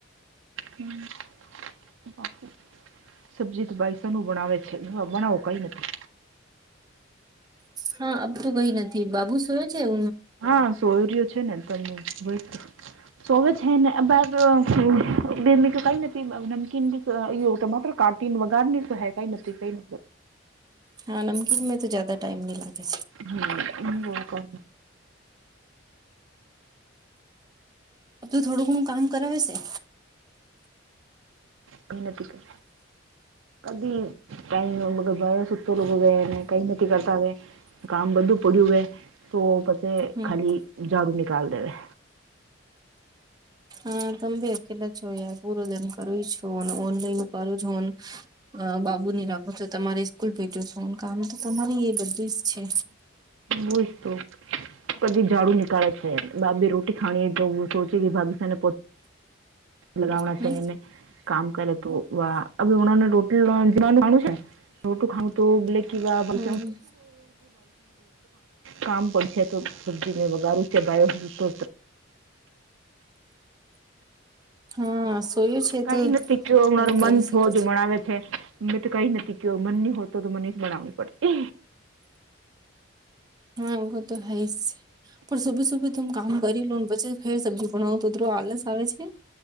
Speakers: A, on the right; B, on the right.
A: હમમ <unintelligible> સબ્જી તો બાઈ સાન બનાવે છે બનાવો કઈ નથી
B: હા આબ તો કઈ નથી બાબુ સોયો છે હ
A: હા સોયરઓ છે ને તન વૈતું સોવે છે ને અબાતો <unintelligible> નમકીન યો તો માત્ર કાટીન વગાડની તો કઈ નથી કઈ
B: હા નમકીન મે તો જદા ટાઈમ ની લગે છે.
A: <unintelligible> <unintelligible>
B: તો થોડું ઘણું કામ કરાવે છે.
A: કઈ નથી કરે અભી ટાઈમ બડો સુતતો લોકો ગને કઈ નથી કરતા વે કામ બધું પડ્યું હોય તો પછી
B: હમ
A: ખાલી ઝાડું નિકાલ દેવે
B: હા તમે અકેલા છો યાર પૂરો દીન કર છુ ને ઓનલાઈન કરું છુ હોને અ બાબુ ની રાખો છો તમારે સ્કૂલ ભેજો છો કામ તો તમારી એ બધું જ છે.
A: વોઈતો કદી જાડુ નીકાળે છે બાભી રોટી ખાણી તો સોચે કે ભાભી સાને પો લગાવણા
B: હમ
A: છે એને કામ કરે તો વા ટોટલ જનું માણું છે રોટું ખાઉતો બલે <unintelligible>
B: હમ
A: કામ કરશે સબજી ને વગારું છે ગાયો તો
B: હા સોયું છે
A: કઈ
B: તો
A: નથી ક્યો મારો
B: કરી
A: મન
B: શકે
A: હોવ જ મણાવે છે. મે તો કઈ નથી કયો નની હોતો તો મને જ બણાવવી પડે
B: હા એવગું તો હાય જ છે પણ સુભી સુભી હું કામ કરી લો ને પછી ફેર સબ્જી ભણાવું તો આલસ આવે છે.